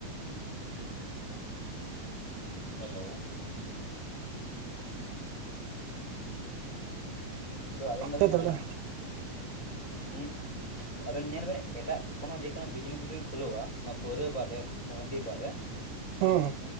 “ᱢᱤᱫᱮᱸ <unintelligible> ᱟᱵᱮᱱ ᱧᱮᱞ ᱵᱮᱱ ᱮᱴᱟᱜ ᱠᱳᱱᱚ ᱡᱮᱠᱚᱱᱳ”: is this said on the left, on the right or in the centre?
Left